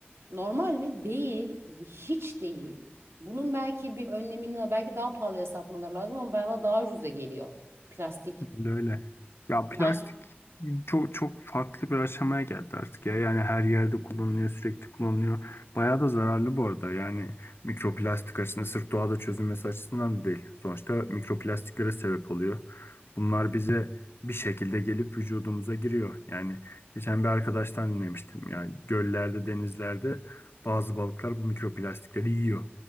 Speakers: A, on the right; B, on the left.
A: Normal mi? Değil. Hiç değil. Bunun belki bir önlemini belki daha pahalıya satmaları lazım ama bana daha ucuza geliyor. Plastik.
B: Öyle öyle. Ya
A: Yani
B: plastik çok çok farklı bir aşamaya geldi artık ya. Yani her yerde kullanılıyor, sürekli kullanılıyor. Bayağı da zararlı bu arada. Yani mikroplastik açısından sırf doğada çözülmesi açısından da değil. Sonuçta mikroplastiklere sebep oluyor. Bunlar bize bir şekilde gelip vücudumuza giriyor. Yani geçen bir arkadaştan dinlemiştim. Yani göllerde, denizlerde bazı balıklar bu mikroplastikleri yiyor.